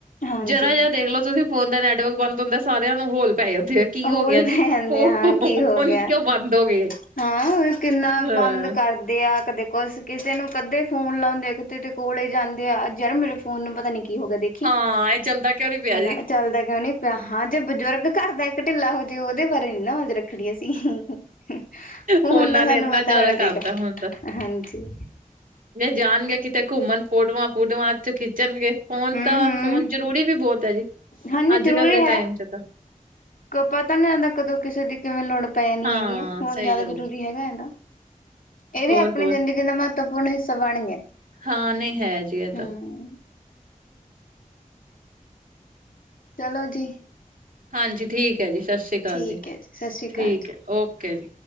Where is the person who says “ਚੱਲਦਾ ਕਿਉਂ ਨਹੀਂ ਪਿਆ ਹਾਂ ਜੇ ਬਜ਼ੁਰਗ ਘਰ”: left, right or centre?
Left